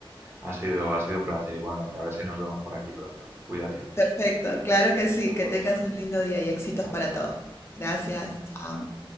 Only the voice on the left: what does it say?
Perfecto, claro que sí,
que
tengas un lindo día y éxitos para
todos. Gracias,
chao.